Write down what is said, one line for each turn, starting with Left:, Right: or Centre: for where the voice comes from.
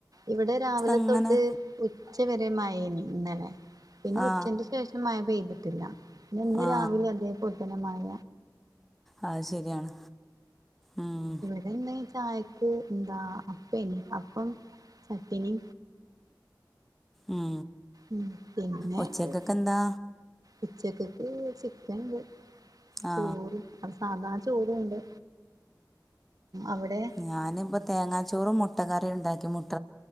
Right: ഇവിടെ രാവിലെ
Centre: അങ്ങനെ
Right: തൊട്ട് ഉച്ച വരെ മയേന്ന് ഇന്നലെ പിന്നെ
Centre: ആ
Right: ഉച്ചേന്റെ ശേഷം മഴ പെയ്തിട്ടില്ല. പിന്നേ ഇന്ന്
Centre: ആ
Right: രാവിലീം അതേ പോലത്തന്നെ മഴ.
Centre: അത് ശെരിയാണ് ഉം.
Right: പിന്നെന്ന് ചായക്ക് എന്താ അപ്പേന്നു അപ്പം ചട്ട്ണി
Centre: ഉം
Right: ഉം പിന്നെ പിന്നെ
Centre: ഉച്ചക്കൊക്കെ എന്താ
Right: ഉച്ചക്കൊക്കെ ചിക്കൻണ്ട്.
Centre: ആ
Right: ചോറും അപ്പോ സാധാ ചോറുംണ്ട്. അവിടെ
Centre: ഞാനിപ്പോ തേങ്ങാച്ചോറും മുട്ടക്കറിയുംണ്ടാക്കി. മുട്ട